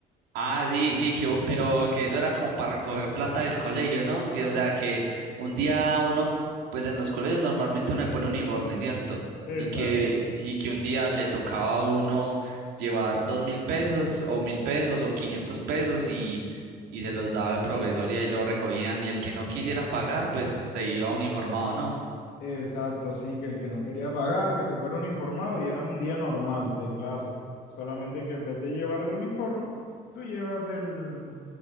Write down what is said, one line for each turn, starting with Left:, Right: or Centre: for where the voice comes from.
Right: Ah, sí, sí, que, u- pero que eso era como para recoger plata del colegio, ¿no? Que, o sea, que un día uno, pues en los colegios normalmente uno le pone uniforme, ¿cierto?
Left: Exacto,
Right: Y que, y que un día le tocaba a uno llevar dos mil pesos o mil pesos o quinientos pesos y, y se los daba el profesor y ahí lo recogían y el que no quisiera pagar, pues se iba uniformado, ¿no?
Left: exacto, sí, que el que no quería pagar, que se fuera uniformado y era un día normal de clase. Solamente que en vez de llevar el uniforme, tú llevas el,